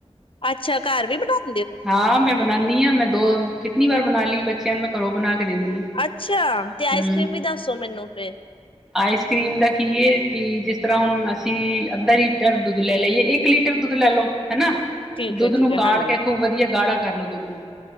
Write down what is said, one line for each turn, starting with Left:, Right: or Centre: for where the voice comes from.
Left: ਅੱਛਾ ਘਰ ਵੀ ਬਣਾਉ
Centre: ਹਾਂ, ਮੈਂ ਬਣਾਉਾਨੀ ਹਾਂ ਮੈਂ ਦੋ ਕਿਤਨੀ ਵਾਰ ਬਣਾ ਲਈ ਬੱਚਿਆਂ ਨੂੰ ਮੈਂ ਘਰੋ ਬਣਾ ਕੇ ਦਿੰਦੀ
Left: ਅੱਛਾ,
Centre: ਹਾਂ
Left: ਤੇ ਆਈਸ ਕਰ੍ਰੀਮ
Centre: ਹਮ
Left: ਵੀ ਦੱਸੋ ਮੈਨੂੰ ਫਿਰ
Centre: ਆਈਸ ਕਰ੍ਰੀਮ ਦਾ ਕੀ ਹੈ ਕਿ ਜਿਸ ਤਰ੍ਹਾਂ ਹੁਣ ਅਸੀਂ ਅੱਧਾ ਲੀਟਰ ਦੁੱਧ ਲੈ ਲਾਈਏ ਇੱਕ ਲੀਟਰ ਦੁੱਧ ਲੈ ਲਓ। ਹਨਾ
Left: ਠੀਕ
Centre: ਦੁੱਧ
Left: ਹੈ ਠੀਕ
Centre: ਨੂੰ
Left: ਹੈ
Centre: ਕਾਾਲ
Left: ਹਾਂਜੀ,
Centre: ਕੇ ਖੂਬ ਵਧੀਆ ਗਾੜਾ ਕਰ ਲੋ ਦੁੱਧ ਨੂੰ